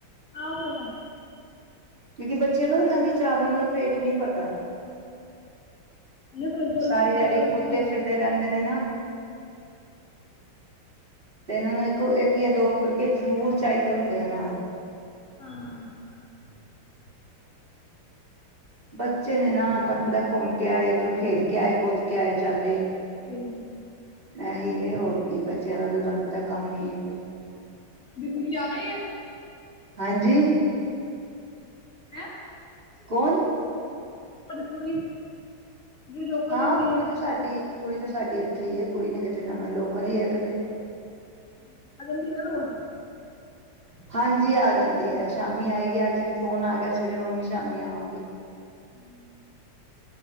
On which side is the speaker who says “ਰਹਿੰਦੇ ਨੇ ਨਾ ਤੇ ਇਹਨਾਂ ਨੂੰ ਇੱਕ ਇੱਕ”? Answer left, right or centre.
Right